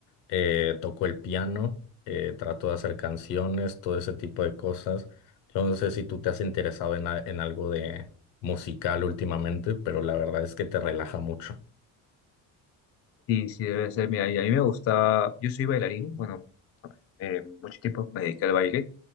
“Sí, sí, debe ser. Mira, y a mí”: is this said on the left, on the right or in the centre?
Left